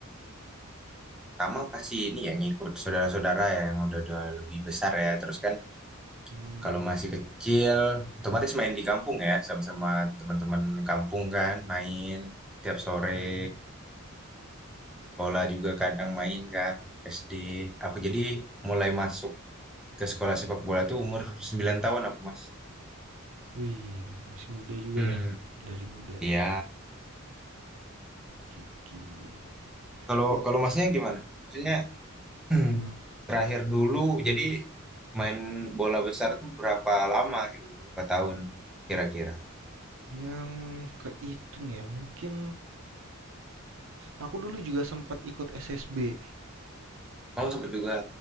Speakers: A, in the centre; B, on the right (about 65°).
A: Pertama pasti ini yang ngikut saudara-saudara ya yang udah-udah lebih besar ya, terus kan
B: Hmm,
A: Kalau
B: ya.
A: masih kecil, otomatis main di kampung ya, sama-sama teman-teman kampung kan, main tiap sore,
B: Hmm.
A: sekolah juga kadang main kan, SD. Aku jadi mulai masuk ke sekolah sepak bola tuh umur 9 tahun aku, Mas.
B: Wih, masih muda juga
A: Hmm.
B: ya. Dari muda.
A: Iya.
B: Kiki.
A: Kalau
B: Gua-
A: kalau Masnya gimana? Maksudnya <clears throat>
B: Mm-mm.
A: terakhir dulu jadi main bola besar tuh berapa lama gitu, berapa tahun kira-kira?
B: Yang kehitung ya, mungkin aku dulu juga sempat ikut SSB.
A: Kamu sempet juga